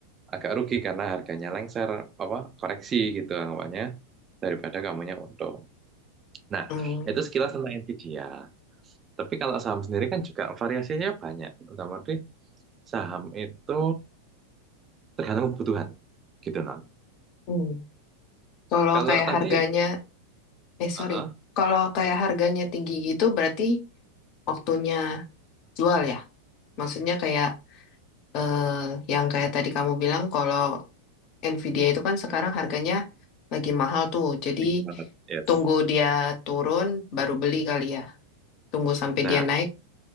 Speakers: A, on the right; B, on the left.
A: agak rugi karena harganya lengser apa koreksi gitu anggapannya daripada kamunya untung nah
B: Mm-mm.
A: itu sekilas tentang Nvidia tapi kalau saham sendiri kan juga variasinya banyak dalam arti saham itu tergantung kebutuhan gitu non
B: Mm. Kalau
A: kalau
B: kayak
A: tadi
B: harganya, eh
A: uh
B: sorry, kalau kayak harganya tinggi gitu berarti waktunya jual ya. Maksudnya kayak eh, yang kayak tadi kamu bilang kalau Nvidia itu kan sekarang harganya lagi mahal tuh. Jadi
A: tinggi banget yes
B: tunggu dia turun baru beli kali ya. tunggu sampai
A: nah
B: dia naik